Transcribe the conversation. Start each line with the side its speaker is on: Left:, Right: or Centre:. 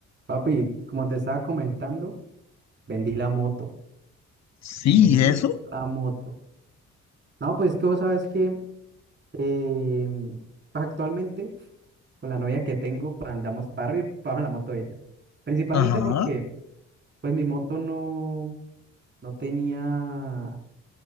Right: Papi, como te estaba comentando, vendí la moto,
Left: Sí,
Right: vendí
Left: eso.
Right: la moto. No, pues que vos sabes que eh, pues actualmente con la novia que tengo, pues andamos para arriba y para abajo en la moto de ella. Principalmente
Left: Ajá.
Right: porque pues mi moto no, no tenía